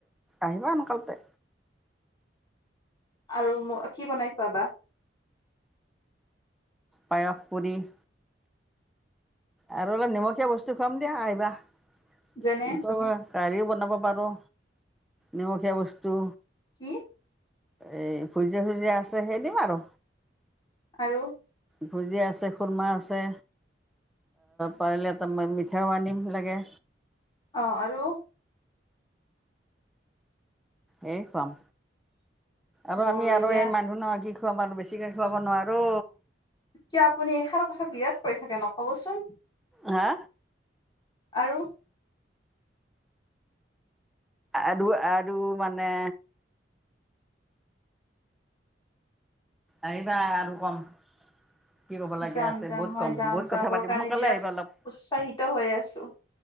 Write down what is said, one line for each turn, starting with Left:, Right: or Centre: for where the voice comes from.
Centre: আহিবা সোনকালতে
Left: আৰু ম কি বনাই খোৱাবা?
Centre: পায়স পনিৰ। আৰু অলপ নিমখীয়া বস্তু। খোৱাম দিয়া আহিবা। ই
Left: যেনে
Centre: তো এ বাও কাৰডীও বনাব পাৰোঁ নিমখীয়া বস্তু।
Left: কি
Centre: এই ভুজিয়া চুজিয়া আছে সেই দিম আৰু।
Left: আৰু
Centre: ভুজিয়া আছে খুুৰমা আছে পাৰিলে এটা মিঠাও আনিম লাগে।
Left: অ আৰু
Centre: এই এ খুৱাম। আৰু
Left: বঢ়িয়া
Centre: আমি আৰু এই মানুহ নহয কি। কি কম আৰ বেছিকে খুৱাব নোৱাৰো।
Left: এতিয়া আপুনি এষাৰ কথাত বিৰাট কৈ থাকে ন। ক'বচোন।
Centre: হা।
Left: আৰু।
Centre: আৰু আৰু মানে আহিবা আৰু কম। কি ক'ব লাগে
Left: যাম
Centre: আছে
Left: যাম
Centre: বহুত
Left: মই
Centre: কম
Left: যাম,
Centre: বহুত কথা
Left: যাবৰ
Centre: পাতিম
Left: কাৰণে
Centre: সোনকালে
Left: বিৰাট
Centre: আহিবা অলপ
Left: উৎসাহিত হৈ আছো।